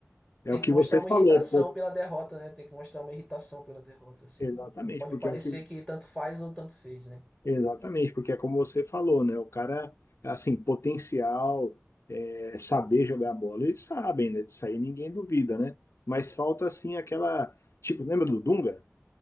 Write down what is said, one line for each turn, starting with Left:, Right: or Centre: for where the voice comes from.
Centre: tem
Left: é o que
Centre: que mostrar
Left: você
Centre: uma
Left: falou,
Centre: irritação
Left: pô,
Centre: pela derrota, né? Tem que mostrar uma irritação pela derrota, assim.
Left: exatamente,
Centre: Não, não pode
Left: porque
Centre: parecer
Left: é o que,
Centre: que tanto faz ou tanto fez, né?
Left: exatamente, porque é como você falou, né? O cara, assim, potencial, é, saber jogar bola, eles sabem, né? Disso aí ninguém duvida, né? Mas falta assim aquela, tipo, lembra do Dunga?